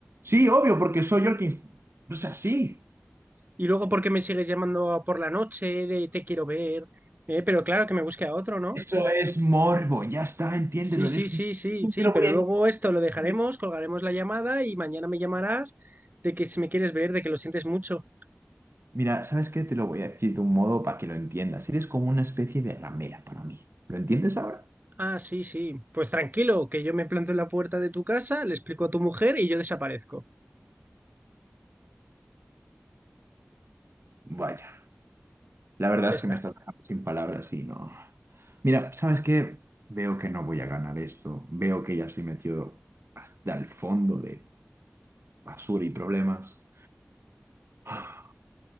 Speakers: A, on the right; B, on the right.
A: Sí, obvio, porque soy yo el que... ins- O sea, sí.
B: Y luego, ¿por qué me sigues llamando por la noche de te quiero ver? Eh, pero claro que me busque a otro, ¿no?
A: Eso es morbo, ya está, entiéndelo,
B: Sí, sí,
A: eres
B: sí,
A: un...
B: sí,
A: <laughs>
B: sí,
A: Te lo
B: pero
A: voy a
B: luego esto
A: decir.
B: lo dejaremos, colgaremos la llamada y mañana me llamarás de que si me quieres ver, de que lo sientes mucho.
A: Mira, ¿sabes qué? Te lo voy a decir de un modo para que lo entiendas. Eres como una especie de ramera para mí. ¿Lo entiendes ahora?
B: Ah, sí, sí. Pues tranquilo, que yo me planto en la puerta de tu casa, le explico a tu mujer y yo desaparezco.
A: Vaya, la verdad
B: Ya
A: es
B: está.
A: que me estás dejando sin palabras y no. Mira, ¿sabes qué? Veo que no voy a ganar esto. Veo que ya estoy metido hasta el fondo de basura y problemas. <sighs>